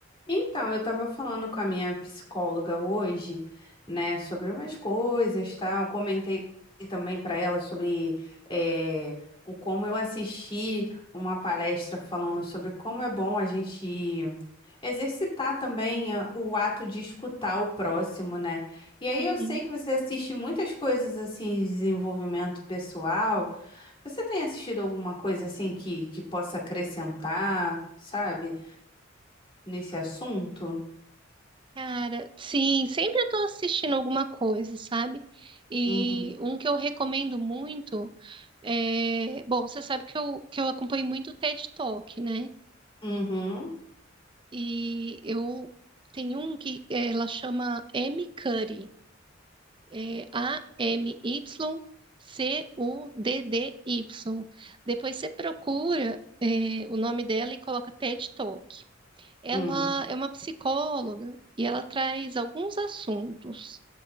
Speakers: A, on the left (about 25°); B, on the right (about 25°).
A: Então, eu estava falando com a minha psicóloga hoje, né, sobre umas coisas, tal. Comentei também para ela sobre eh, o como eu assisti uma palestra falando sobre como é bom a gente exercitar também eh, o ato de escutar o próximo, né? E aí
B: Uhum.
A: eu sei que você assiste muitas coisas assim de desenvolvimento pessoal. Você tem assistido alguma coisa assim que, que possa acrescentar, sabe, nesse assunto?
B: Cara, sim, sempre eu tô assistindo alguma coisa, sabe? E
A: Uhum.
B: um que eu recomendo muito é. Bom, você sabe que eu, que eu acompanho muito o TED Talk, né?
A: Uhum.
B: E eu tenho um que eh, ela chama M. Cuddy, é A-M-Y-C-U-D-D-Y. Depois você procura eh, o nome dela e coloca TED Talk. Ela
A: Hum.
B: é uma psicóloga e ela traz alguns assuntos.